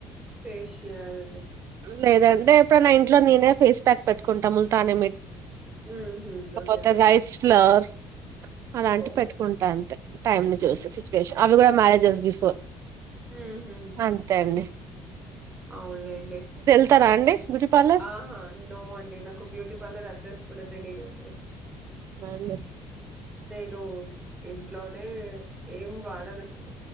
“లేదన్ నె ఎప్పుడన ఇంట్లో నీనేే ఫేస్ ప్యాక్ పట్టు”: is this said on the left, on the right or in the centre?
Right